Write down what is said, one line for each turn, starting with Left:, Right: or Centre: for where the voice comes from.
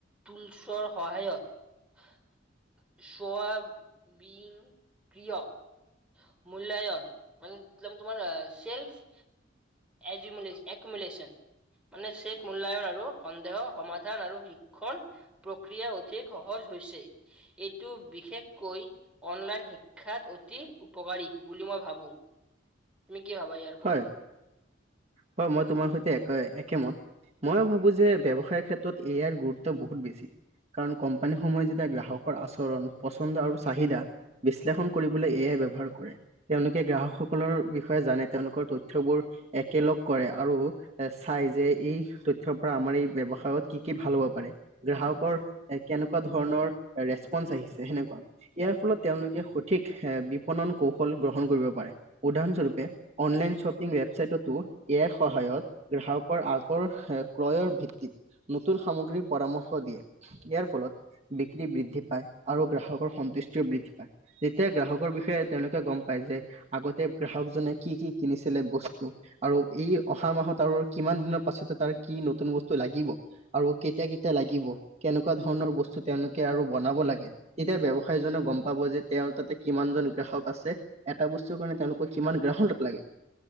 Centre: তুলচৰ সহায়ত চোৱা <unintelligible> ক্ৰিয় মূল্যায়ন মানে একদম তোমাৰ এ চেল্ফ এজিমোলে একোমোলেচন। মানে <unintelligible> মূল্যায়ন আৰু সন্দেহ সমাধান আৰু শিক্ষণ ক্ৰিয়া অধিক সহজ হৈছে। এইটো বিশেষকৈ অনলাইন শিক্ষাত অতি উপকাৰী বুলি মই ভাবোঁ। তুমি কি ভাবা ইয়াৰ
Right: হয়, হয়, মই তোমাৰ সৈতে একে একেমত। ময়ো ভাবোঁ যে, ব্যৱসায়ৰ ক্ষেত্ৰত এ য়াইৰ গুৰুত্ব বহুত বেছি। কাৰণ কোম্পানীসমূহে যেতিয়া গ্ৰাহকৰ আচৰণ পচন্দ আৰু চাহিদা বিশ্লেষণ কৰিবলৈ এ য়াই ব্যৱহাৰ কৰে তেওঁলোকে গ্ৰাহকসকলৰ বিষয়ে জানে। তেওঁলোকৰ তথ্যবোৰ একেলগ কৰে আৰু এ চাই যে, এই ত থ্যৰ পৰা আমাৰ এই ব্যৱসায়ত কি কি ভাল হ'ব পাৰে। গ্ৰাহকৰ এ, কেনেকুৱা ধৰণৰ ৰেচপন্ঞ্চ আহিছে সেনেকুৱা। ইয়াৰ ফলত তেওঁলোকে সঠিক এ, বিপনন কৌশল গ্ৰহণ কৰিব পাৰে উদাহৰণস্বৰূপে অনলাইন শ্বপিং ৱেবচাইটতো এ আইৰ সহায়ত গ্ৰাহকৰ আগৰ ক্ৰয়ৰ ভিত্তিত নতুন সামগ্ৰীৰ পৰামৰ্শ দিয়ে। ইয়াৰ ফলত বিক্ৰী বৃদ্ধি পায় আৰু গ্ৰাহকৰ সন্তুষ্টিও বৃদ্ধি পায়। তেতিয়া গ্ৰাহকৰ বিষয়ে তেওঁলোকে গম পায় যে, আগতে গ্ৰাহকজনে কি কি কিনিছিলে বস্তু। আৰু এই, অহা মাহত আৰু কিমান দিনৰ পাছতে তাৰ, কি নতুন বস্তু লাগিব? আৰু কেতিয়া-কেতিয়া লাগিব, কেনেকুৱা ধৰণৰ বস্তু তেওঁলোকে আৰু বনাব লাগে, তেতিয়া, ব্যৱসায়ী জনে গম পাব যে, তেওঁৰ তাতে, কিমানজন গ্ৰাহক আছে। এটা বস্তুৰ কাৰণে, তেওঁলোকৰ কিমান গ্ৰাহক লাগে।